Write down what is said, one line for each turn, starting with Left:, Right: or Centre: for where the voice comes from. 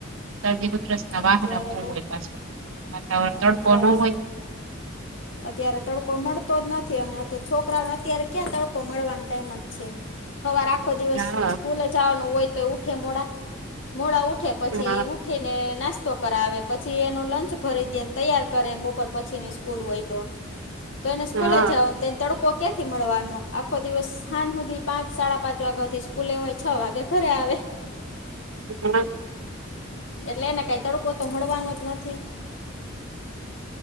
Right: શરદી ઉધરસ ના
Left: હા
Right: વાહાર
Left: ત્યારે
Right: બહુ હોય પાછું વાતાવરણ
Left: હા
Right: તડકો
Left: ત્યારે
Right: ન હોય,
Left: અત્યારે! તડકો મળતો જ નથી અને છોકરાને અત્યારે ક્યાં તડકો મળવાનો ટાઈમ જ છે. હવારે આખો દિવસ
Right: હા
Left: સ્કૂલે જવાનું હોય તો ઉઠે મોડા, મોડા ઉઠે પછી
Right: હા
Left: ઉઠીને નાસ્તો કરાવે પછી એનો લંચ ભરી દેને તૈયાર કરે બપોર પછીની સ્કૂલ હોય તો તો એને સ્કૂલે
Right: હા
Left: જવા તેને તડ ક્યાંથી મળવાનો આખો દિવસ સાજ સુધી પાંચ સાડા પાંચ વાગ્યા થી સ્કૂલવાય છ વાગે ઘરે આવે <unintelligible>
Right: હમ
Left: એટલે એને કઈ તડકો તો મળવાનો જ નથી